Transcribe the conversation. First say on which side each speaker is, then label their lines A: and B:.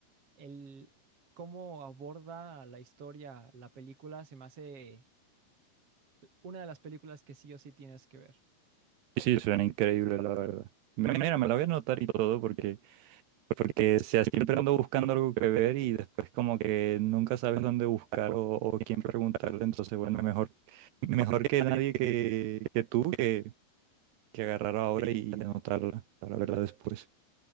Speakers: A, on the right; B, on the right.
A: el cómo aborda la historia, la película, se me hace una de las películas que sí o sí tienes que ver.
B: Sí, sí, suena increíble, la verdad. Mi- Mira, me la voy a anotar y todo porque, porque sea, siempre ando buscando algo que ver y después como que nunca sabes dónde buscar o, o quién preguntarle, entonces bueno, mejor, mejor que nadie que, que tú que que agarrar ahora y anotarla para verla después.